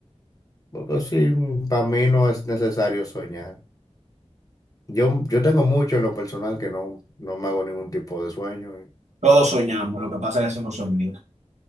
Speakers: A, on the left; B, on the right.
A: Porque así, para mí no es necesario soñar. Yo, yo tengo mucho en lo personal que no, no me hago ningún tipo de sueño. y,
B: Todos soñamos, lo que pasa es que eso no soñamos.